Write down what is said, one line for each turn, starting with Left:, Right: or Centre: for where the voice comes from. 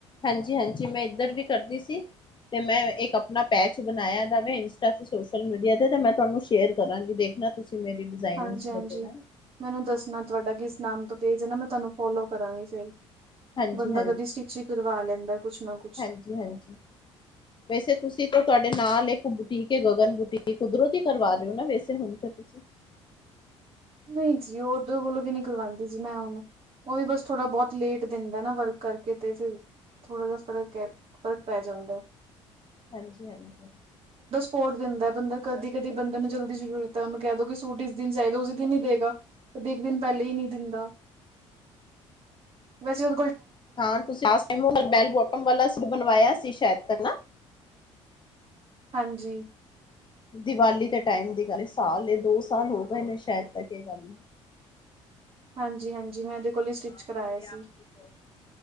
Left: ਹਾਂ ਜੀ ਹਾਂ ਜੀ ਮੈਂ ਇੱਧਰ ਵੀ ਕਰਦੀ ਸੀ। ਤੇ ਮੈਂ ਇੱਕ ਆਪਣਾ ਪੈਚ ਬਣਾਇਆ ਜਾਵੇ ਇੰਸਟਾ ਤੇ ਸੋਸ਼ਲ ਮੀਡੀਆ ਤੇ ਤੇ ਮੈਂ ਤੁਹਾਨੂੰ ਸ਼ੇਅਰ ਕਰਾਂਗੀ ਦੇਖਣਾ ਤੁਸੀਂ- ਮੇਰੀ ਡਿਜ਼ਾਇਨਿੰਗਸ
Right: ਹਾਂ ਜੀ
Left: ਵਗੈਰਾ
Right: ਹਾਂ ਜੀ ਮੈਨੂੰ ਦੱਸਣਾ ਤੁਹਾਡਾ ਕਿਸ। ਨਾਮ ਤੋਂ ਪੇਜ ਨਾ ਮੈਂ ਤੁਹਾਨੂੰ ਫੋਲੋ ਕਰਾਂਗੀ ਫਿਰ।
Left: ਹਾਂਜੀ,
Right: ਬੰਦਾ
Left: ਹਾਂਜੀ,
Right: ਕਦੀ ਸਟਿਚ ਹੀ ਕਰਵਾ ਲੈਂਦਾ ਕੁਝ ਨਾ ਕੁਝ।
Left: ਹਾਂਜੀ, ਹਾਂਜੀ ਵੈਸੇ ਤੁਸੀਂ ਤੇ ਤੁਹਾਡੇ ਨਾਲ ਇੱਕ ਬੂਟੀਕ। ਕੇ ਗਗਨ ਬੂਟੀ ਕੁਦਰਤ ਹੀ ਕਰਵਾ ਦਿਓ ਨਾ ਵੈਸੇ ਹੁਣ ਤੇ ਤੁਸੀਂ।
Right: ਨਹੀਂ ਜੀ ਉਦੋਂ ਕੋਲੋਂ ਵੀ ਨਹੀਂ ਕਰਵਾਉਂਦੀ ਸੀ ਮੈਂ ਉਹਨੂੰ। ਉਹ ਵੀ ਬਸ ਥੋੜ੍ਹਾ ਬਹੁਤ ਲੇਟ ਦਿੰਦਾ ਨਾ ਵਰਕ ਕਰਕੇ ਤੇ ਫਿਰ। ਥੋੜਾ ਜਾ ਫਰਕ ਹੈ। ਫਰਕ ਪੈ ਜਾਂਦਾ ਐ।
Left: ਹਾਂ ਜੀ ਹਾਂ ਜੀ।
Right: ਫੋਟ ਦਿੰਦਾ ਬੰਦਾ ਕਦੀ ਕਦੀ ਬੰਦੇ ਨੂੰ ਜਲਦੀ ਜ਼ਰੂਰਤ ਹੈ। ਉਸਨੂੰ ਕਹਿ ਦਉ ਕਿ ਸੂਟ ਇਸ ਦਿਨ ਚਾਹੀਦਾ ਉਸ। ਦਿ ਨਹੀਂ ਦੇਗਾ ਦੇ ਇੱਕ ਦਿਨ ਪਹਿਲੇ ਹੀ ਨ ਦਾ ਵੈਸੇ ਉ
Left: ਹਾਂ ਤੁਸੀਂ ਲਾਸਟ ਟਾਈਮ ਬੈਲ ਬੋਟਮ ਵਾਲਾ ਸੂਟ ਬਣਵਾਇਆ ਸੀ ਸ਼ਾਇਦ ਤ ਨਾ।
Right: ਹਾਂ ਜੀ।
Left: ਦੀਵਾਲੀ ਦੇ ਟਾਈਮ ਦੀ ਗੱਲ। ਸਾਲ ਜਾ ਦੋ ਸਾਲ ਹੋ ਗਏ ਨੇ ਸ਼ਾਇਦ ਤੱਕ ਇਹ ਗੱਲ ਨੂੰ।
Right: ਹਾਂ ਜੀ ਹਾਂ ਜੀ ਮੈਂ ਇਹਦੇ ਕੋਲ ਹੀ ਸਟਿਚ
Left: ਹਾਂ ਮੈਨੂੰ
Right: ਕਰਾਇਆ
Left: ਯਾਦ
Right: ਸੀ।
Left: ਨੀ